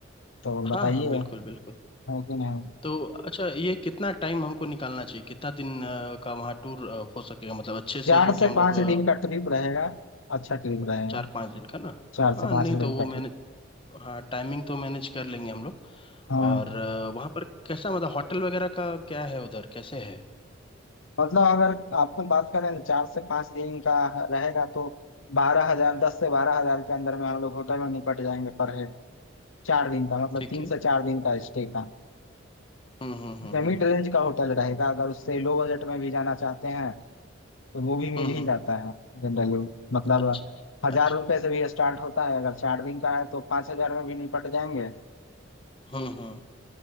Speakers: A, on the left (about 80°); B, on the left (about 25°).
A: तो बताइए
B: हाँ हाँ बिल्कुल
A: है
B: बिल्कुल
A: कि नहीं
B: तो अच्छा ये कितना टाइम हमको निकालना चाहिए कितना दिन अ, का वहाँ टूर अ, हो सकेगा मतलब अच्छे से
A: चार
B: जो कि
A: से
B: हम
A: पाँच
B: लोग अ,
A: दिन का ट्रिप रहेगा अच्छा ट्रिप रहेगा
B: चार पाँच दिन का ना
A: चार से
B: हाँ
A: पाँच
B: नहीं
A: दिन
B: तो वो
A: का ट्रिप
B: मैंने हाँ टाइमिंग तो मैनेज कर लेंगे हम लोग
A: हाँ
B: और अ, वहाँ पर कैसा मतलब होटल वगैरह का क्या है उधर कैसे है
A: मतलब अगर आपको बात करें ना चार से पाँच दिन का रहेगा तो बारह हजार दस से बारह हजार के अंदर में हम लोग होटल में निपट जाएंगे पर हेड चार दिन का मतलब
B: ठीक
A: तीन
B: है
A: से चार दिन का स्टे का
B: हम्म हम्म हम्म
A: मिड
B: हम्म
A: रेंज का होटल रहेगा अगर उससे लो बजट में भी जाना चाहते हैं तो वो भी मिल
B: हम्म हम्म
A: ही जाता है जनरली मतलब
B: अच्छा
A: हजार
B: अच्छा
A: रुपए से भी स्टार्ट होता है अगर चार दिन का है तो पांच हजार में भी निपट जाएंगे
B: हम्म हम्म